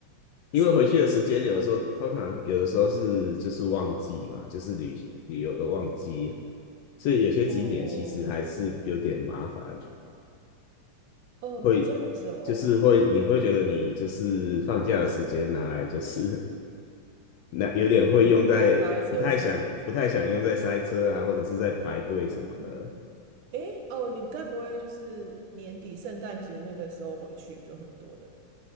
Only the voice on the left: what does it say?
因为回去的时间有的时候，
通常有的时候是就是旺季嘛，就是旅旅游的旺季，所以有些景点其实还是有点麻烦，
会就是会你会觉得你就是放假的时间拿来就是那有点会用在不太想不太想用在塞车啊，
或者是在排队什么的。